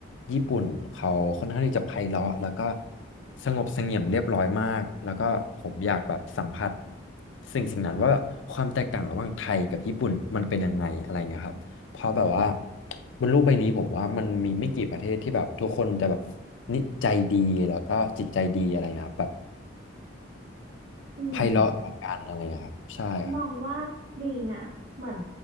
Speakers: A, on the left; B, on the right.
A: ญี่ปุ่นเขาค่อนข้างที่จะไพเราะแล้วก็สงบเสงี่ยมเรียบร้อยมากแล้วก็ผมอยากแบบสัมผัสสิ่งสิ่งนั้นว่าความแตกต่างระหว่างไทยกับญี่ปุ่นมันเป็นยังไงอะไรเงี้ยครับ เพราะแบบว่าบนโลกใบนี้ผมว่ามันมีไม่กี่ประเทศที่แบบทุกคนจะแบบนิจใจดีแล้วก็จิตใจดีอะไรเงี้ยครับแบบ
B: อืม
A: ไพเราะต่อกันอะไรเงี้ยครับใช่ครับ
B: มองว่าดีนะเหมือน